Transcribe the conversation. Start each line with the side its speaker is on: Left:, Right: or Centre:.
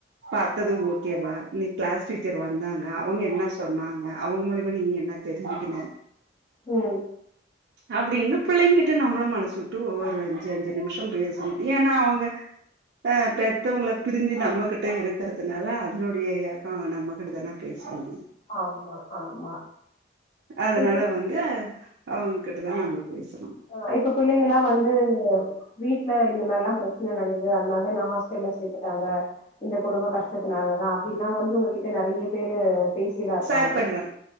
Right: பாத்தது ஓகேவா நீ கிளாஸ் டீச்சர் வந்தாங்க அவங்க என்ன சொன்னாங்க அவங்க மூலியமா நீங்க என்ன தெரிஞ்க்கினு
Left: ம்
Right: அப்டின்னு பிள்ளைங்க கிட்ட நம்மளு மனசு விட்டு ஒவ்வொரு ஒரு அஞ்சு அஞ்சு நிமிஷோ பேசனு ஏனா அவங்க அ பெத்தவங்கள பிரிஞ்சு நம்மகிட்ட இருக்கிறதுனால அதனுடைய எக்கோ நம்மகிட்டதனே பேசுவாங்க
Left: ஆமா ஆமா
Right: அதனால
Left: இப்ப
Right: வந்து அது அவங்க கிட்டதா நம்ம பேசனு
Left: ஓ இப்ப பிள்ளைங்களா வந்து வீட்ல இந்த மாரில்லா பிரச்சன நன்தது அதனாலதா என்ன ஹாஸ்டல்ல சேத்துட்டாங்க இந்த குடும்ப கஷ்டத்தினாலதா அப்டிலா வந்து உங்ககிட்ட நெறைய பேரு பேசிலா இருப்பாங்கல்ல
Right: ஷேர் பண்றாங்க